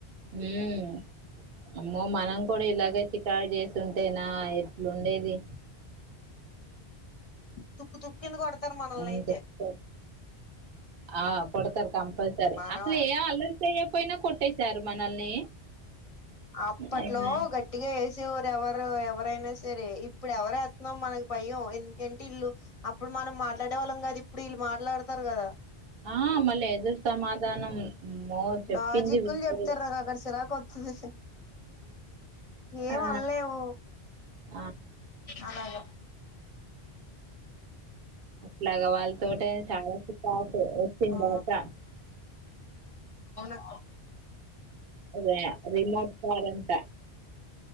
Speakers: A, on the right; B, on the left.
A: మ్ అమ్మో మనం కూడా ఇలాగే చికార్ చేస్ స్తుంటేనా ఎట్లుండేది
B: తుక్కు తుక్కేందు కొడతారు మనల్నైతే
A: అంత చికాకు ఆ కొడ్తరు కంపల్సరీ
B: మనం
A: అసల్ ఏ అల్లరి చేయ్యక్పొయినా కొట్టేశారు మనల్ని
B: అప్పట్లో
A: ఉమ్.
B: గట్టిగా ఏస్ ఎవరు ఎవరైనా సరే ఇప్పుడ్ ఎవర్ ఎత్తున్నాం మనకు భయం ఎందుకంటే ఇల్లు అప్పుడు మనం మాట్లాడేవాళ్ళం కాదు ఇప్పుడ్ ఈళ్ళు మాట్లాడ్తార్ గదా
A: ఆ మళ్ళీ ఎదురు సమాధానం అమ్మో చెప్పింది
B: లాజిక్లు
A: వినరు
B: చెప్తారా నాక్ ఆడ చిరాక్ వత్తది. ఏం
A: ఆ
B: అన్లేవు
A: ఆ
B: అలాగ
A: ఇట్లాగ వాళ్ళతోటే చాలా <inaudible> వచ్చిందాట
B: ఆ ఓ
A: అదే రిమోట్ కారంట.